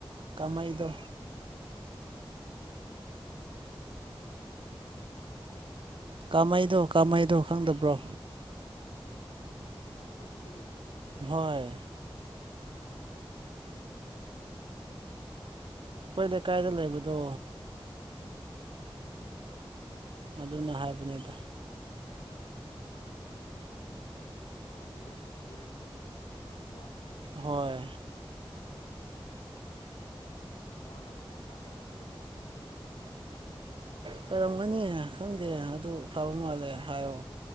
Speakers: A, on the right; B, on the left.
A: ꯀꯥꯃꯩꯗꯣ
B: ꯅꯃꯅꯕꯤ ꯃꯤꯁ ꯈꯟꯅꯔꯣ ꯅꯃꯥꯟꯅꯕꯤ ꯃꯤꯁ
A: ꯀꯥꯃꯩꯗꯣ
B: ꯇꯧꯕ ꯍꯥꯏꯕꯗꯤ
A: ꯀꯥꯃꯩꯗꯣ ꯈꯪꯗꯕ꯭ꯔꯣ
B: ꯑꯩꯈꯣꯏ ꯈꯨꯟꯗꯒꯤ
A: ꯍꯣꯏ ꯑꯩꯈꯣꯏ
B: ꯑꯣ
A: ꯂꯩꯀꯥꯏꯗ ꯂꯩꯕꯗꯣ
B: ꯍꯣꯏ
A: ꯑꯗꯨꯅ ꯍꯥꯏꯕꯅꯤꯗ
B: ꯑꯣ ꯕꯤꯦꯟ ꯕꯤꯔꯦꯟꯒꯤꯒꯤ ꯃꯤꯁꯇꯨꯔꯥ
A: ꯍꯣꯏ
B: ꯑꯣ ꯃꯥꯅ ꯑꯩꯉꯣꯟꯗ ꯍꯥꯏꯔꯛꯄꯗꯤ ꯈꯣꯡꯂꯣꯡꯝꯗꯒꯤ ꯍꯥꯏꯔꯛꯏ
A: ꯀꯔꯝꯒꯅꯤ ꯈꯪꯗꯦ ꯑꯗꯨ ꯐꯕ ꯃꯥꯜꯂꯦ ꯍꯥꯏꯌꯣ